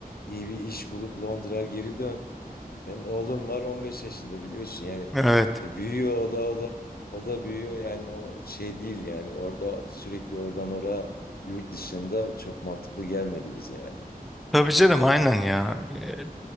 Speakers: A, on the left (about 75°); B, in the centre.
A: iyi bir iş bulup Londra'ya geri dön. Benim oğlum var 15 yaşında biliyorsun yani.
B: Evet.
A: E, büyüyor o da o da o da büyüyor yani o şey değil yani orada sürekli oradan oraya yurt dışında çok mantıklı gelmedi bize yani.
B: Tabii canım aynen ya. Ee,